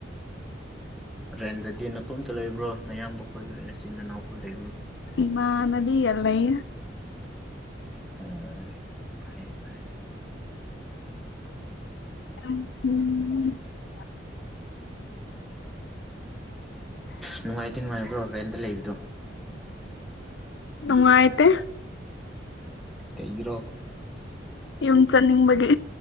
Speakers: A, in the centre; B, on the left (about 70°).
A: ꯔꯦꯟꯗꯗꯤ ꯅꯇꯣꯝꯇ ꯂꯩꯕ꯭ꯔꯣ ꯅꯌꯥꯝꯕ ꯈꯣꯏꯗꯅ ꯆꯤꯟꯅꯅꯥꯎꯈ ꯂꯩꯕ꯭ꯔꯣ
B: ꯏꯃꯥꯟꯅꯕꯤꯒ ꯂꯩ
A: ꯎ ꯐꯩ ꯐꯩ
B: ꯎꯝ
A: ꯅꯨꯡꯉꯥꯏꯇ ꯅꯨꯡꯉꯥꯏꯕ꯭ꯔꯣ ꯔꯦꯟꯗ ꯂꯩꯕꯗꯣ
B: ꯅꯨꯡꯉꯥꯏꯇꯦ
A: ꯀꯩꯒꯤꯔꯣ
B: ꯌꯨꯝ ꯆꯠ ꯅꯤꯡꯕꯒꯤ